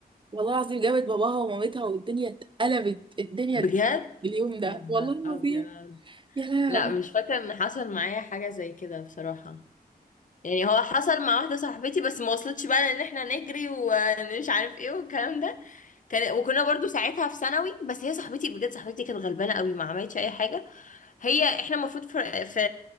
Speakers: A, on the right; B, on the left.
A: والله العظيم جابت باباها ومامتها والدنيا اتقلبت الدنيا
B: بجد
A: اتقلبت اليوم ده
B: يا نهار
A: والله العظيم
B: ابيض
A: يا لهوي
B: لا مش فاكرة ان حصل معايا حاجة زي كده بصراحة يعني هو حصل مع واحدة صاحبتي بس ما وصلتش بقى لان احنا نجري ومش عارف ايه والكلام ده كان وكنا برضو ساعتها في ثانوي بس هي صاحبتي بجد صاحبتي كانت غلبانة قوي ما عملتش اي حاجة هي احنا المفروض في في